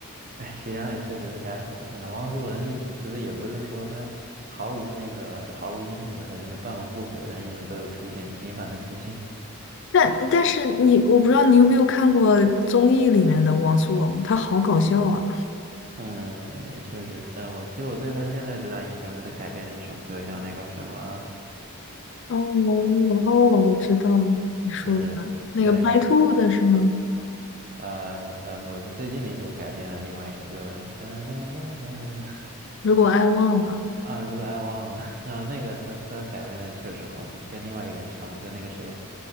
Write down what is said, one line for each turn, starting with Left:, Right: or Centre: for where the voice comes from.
Right: 哎，徐良也确实是该火。呃汪苏泷是一直的，也不是说他毫无那个，就毫无音讯吧，他就是半文不火，但一直都有出现，频繁的出现。
Left: 但但是你，我不知道你有没有看过综艺里面的王苏泷，他好搞笑啊！
Right: 嗯，也确实，但我其实我对他现在最大印象是他改编了一首歌，叫那个什么，
Left: 哦哦，我知道你说的那个白兔的是吗？
Right: 就是对，呃呃，不是最近的一首改编的另外一首，就是哒哒哒哒哒
Left: 如果爱忘了，
Right: 啊，如果爱忘了，<laughs> 然后那个他他改编的确实好听，跟另外一个人唱的，跟那个谁，